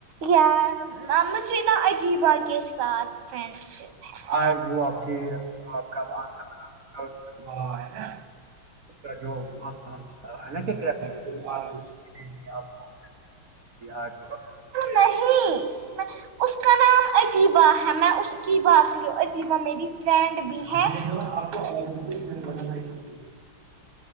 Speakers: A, on the right; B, on the right.
A: یار مجھے نا عجیبا کے ساتھ فرینڈ شپ <unintelligible>
B: آج جو آپ کی جو آپ کا آپ
A: آ ہے نا
B: کا جو ہے نا کہ
A: <unintelligible> وہ آ
B: کیا آپ کو آج
A: نہیں میں اس کا نام ادیبہ ہے میں اس کی بات کریوں ادیبہ میری فرینڈ بھی ہیں <unintelligible>